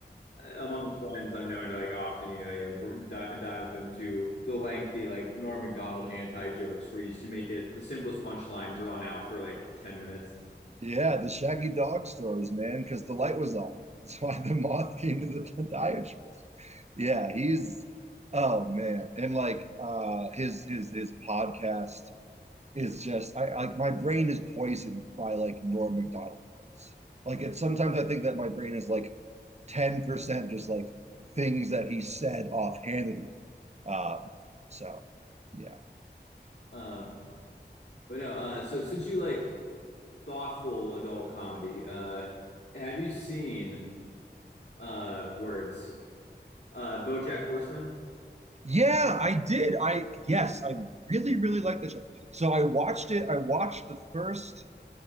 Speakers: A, on the left (about 75°); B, on the right (about 40°).
A: among friends. I'm known to like often, you know, you br- di- dive into the lengthy like Norm Macdonald anti jokes where you, you make it the simplest punchline drawn out for like ten minutes.
B: Yeah, the shaggy dog stories, man, because the light was on. <laughs> That's why the moth came to the podiatrist. Yeah, he's oh man. And like uh his his his podcast is just I like my brain is poisoned by like Norm Macdonald quotes. Like it's sometimes I think that my brain is like 10% just like things that he said offhandedly. Um, so yeah.
A: Um, but no, uh, so since you like thoughtful adult comedy, uh, have you seen uh, Words? uh, BoJack Horseman.
B: Yeah, I did. I yes, I really, really liked the show. So I watched it. I watched the first,